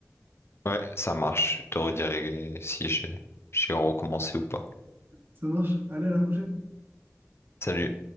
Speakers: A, on the left; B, on the right.
A: Ouais, ça marche. Je te redirai si j'ai j'ai recommencé ou pas.
B: Ça marche? Allez, à la prochaine!
A: Salut.